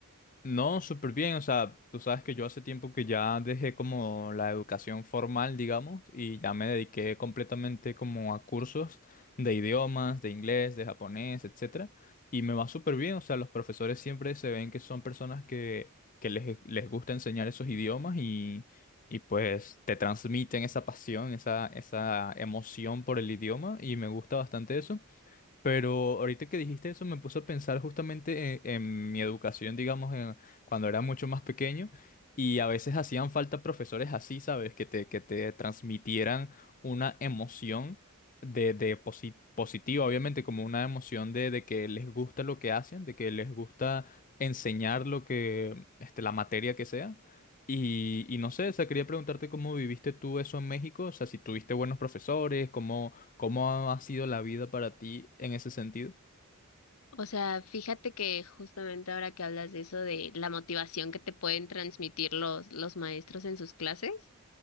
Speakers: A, on the left; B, on the left.
A: No, súper bien. O sea, tú sabes que yo hace tiempo que ya dejé como la educación formal, digamos, y ya me dediqué completamente como a cursos de idiomas, de inglés, de japonés, etcétera. Y me va súper bien. O sea, los profesores siempre se ven que son personas que, que les, les gusta enseñar esos idiomas y, y pues te transmiten esa pasión, esa, esa emoción por el idioma y me gusta bastante eso. Pero ahorita que dijiste eso me puso a pensar justamente en, en mi educación, digamos, en- cuando era mucho más pequeño y a veces hacían falta profesores así, ¿sabes? Que te, que te transmitieran una emoción de, de posi- positiva, obviamente, como una emoción de, de que les gusta lo que hacen, de que les gusta enseñar lo que, este, la materia que sea. Y, y no sé, o sea, quería preguntarte cómo viviste tú eso en México, o sea, si tuviste buenos profesores, cómo... ¿Cómo ha sido la vida para ti en ese sentido?
B: O sea, fíjate que justamente ahora que hablas de eso, de la motivación que te pueden transmitir los, los maestros en sus clases,